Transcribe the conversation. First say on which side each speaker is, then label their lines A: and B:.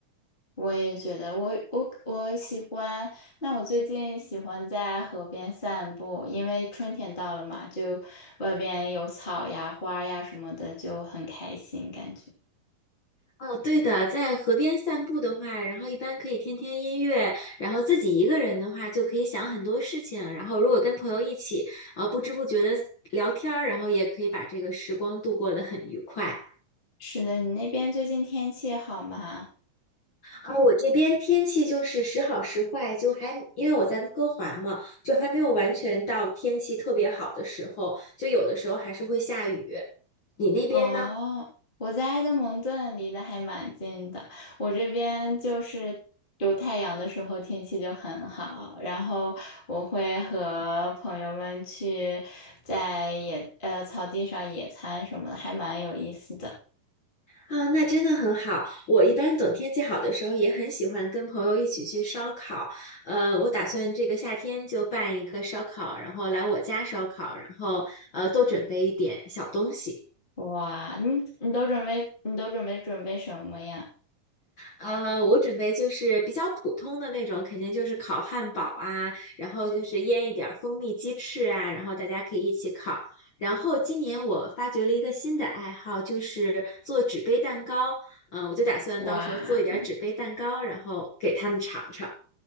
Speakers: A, on the left; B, on the left.
A: 我也觉得我，我我喜欢。那我最近喜欢在河边散步，因为春天到了嘛，就外边有草呀、花呀什么的，就很开心感觉。
B: 哦，对的，在河边散步的话，然后一般可以听听音乐，然后自己一个人的话就可以想很多事情，然后如果跟朋友一起，呃，不知不觉的聊天儿，然后也可以把这个时光度过得很愉快。
A: 是的，你那边最近天气好吗？
B: 然后我这边天气就是时好时坏，就还因为我在温哥华嘛，就还没有完全到天气特别好的时候，就有的时候还是会下雨。你那边呢？
A: 哦，我在埃德蒙顿离得还蛮近的，我这边就是有太阳的时候天气就很好，然后我会和朋友们去在野呃草地上野餐什么的，还蛮有意思的。
B: 啊，那真的很好。我一般等天气好的时候，也很喜欢跟朋友一起去烧烤。呃，我打算这个夏天就办一个烧烤，然后来我家烧烤，然后呃多准备一点小东西。
A: 哇，你你都准备你都准备准备什么呀？
B: 呃，我准备就是比较普通的那种，肯定就是烤汉堡啊，然后就是腌一点儿蜂蜜鸡翅啊，然后大家可以一起烤。然后今年我发掘了一个新的爱好，就是做纸杯蛋糕。嗯、我就打算到时候做一点儿纸杯蛋糕，
A: 哇，
B: 然后给他们尝尝。啊